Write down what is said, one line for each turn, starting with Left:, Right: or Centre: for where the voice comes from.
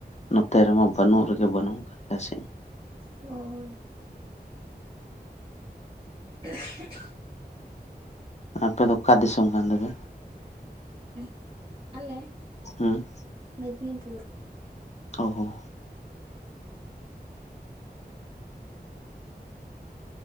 Left: ᱱᱚᱛᱮ ᱨᱮᱢᱟ ᱵᱟᱹᱱᱩᱜ ᱨᱮᱜᱮ ᱵᱟᱹᱱᱩᱜ ᱟᱠᱟᱫᱟ ᱥᱮ
Right: ᱦᱳᱭ᱾ <inaudible>
Left: ᱟᱯᱮᱚ ᱚᱠᱟ ᱫᱤᱥᱚᱢ ᱠᱟᱱ ᱛᱟᱯᱮ?
Right: ᱩᱸ ᱟᱞᱮ᱾
Left: ᱦᱩᱸ᱾
Right: ᱢᱮᱫᱽᱱᱤᱯᱩᱨ᱾
Left: ᱚ ᱦᱚᱸ᱾